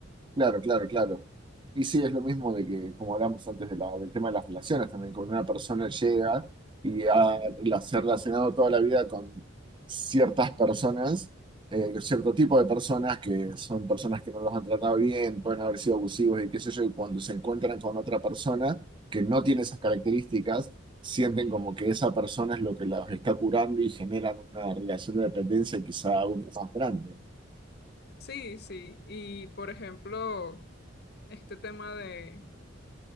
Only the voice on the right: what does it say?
claro, claro, claro. Y sí, es lo mismo de que, como hablamos antes de la- del tema de las relaciones también, cuando una persona llega y ha, la- se ha relacionado toda la vida con ciertas personas, eh, con cierto tipo de personas que son personas que no los han tratado bien, pueden haber sido abusivos y qué sé yo, y cuando se encuentran con otra persona que no tiene esas características, sienten como que esa persona es lo que los está curando y generan una relación de dependencia quizá aún más grande.